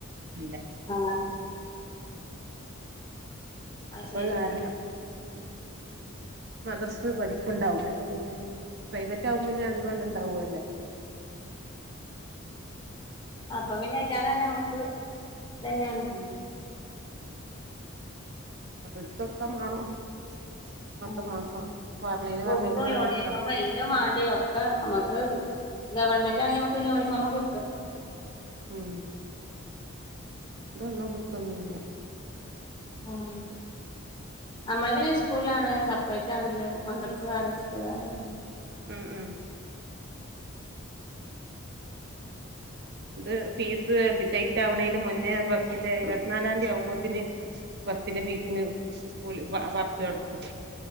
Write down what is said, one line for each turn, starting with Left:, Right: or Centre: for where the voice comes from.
Right: ഇല്ല.
Left: ആഹ് അത്
Right: അപ്പത്
Left: ശരി
Right: കാരണം. ഉം മദർസ് പഠിപ്പ്‌ ണ്ടാവൂല. അപ്പൊ, പിന്നെ പ്രൈവറ്റ് ആകുമ്പോ, പിന്നെ രണ്ടു ആണ്ട്ണ്ടാവോ ല്ലോ?
Left: അപ്പൊ പിന്നെ അയിലേറ നല്ലേ ന മ്മക്ക് ഇതന്നെയാണ്.
Right: ഉം എടുത്ത് കൊടുക്കാൻ വേണം. പത്തു
Left: ആ
Right: മാസം. പറഞ്ഞേന്,
Left: ബുക്കും
Right: പറഞ്ഞേന് ഇങ്ങനെ
Left: യൂണിഫോമും
Right: കൊട്ക്കാ-
Left: എല്ലാം വേണ്ടി വരും. ഓക്കെ നമ്മക്ക് ഗവൺമെന്റ് ആണെങ്കി നമ്മക്ക് യൂണിഫോമെക്കെ കിട്ടും.
Right: ഉം ഇതാന്നും കിട്ട ന്നും ഇല്ല്യാ.
Left: ഉം നമ്മൾ പിന്നെ, സ്കൂളിലാണ്. സെപ്പറേറ്റ് ആണ്. ഇത് മദ്രസ വേറെ യും, സ്കൂള് വേറെ യും ആണ്.
Right: ഉം ഉം
Left: <inaudible>
Right: ഇത്, ഫീസ് ഡേറ്റ് ആവണെന് മുന്നേ ബെസ്സിലെ ഇരുപത്തിനാലാം തീയതി ആമ്പോത്തിന്. ബെസ്സിന്റെ ഫീസിന് വിളി, പറച്ചിൽ തുടങ്ങും.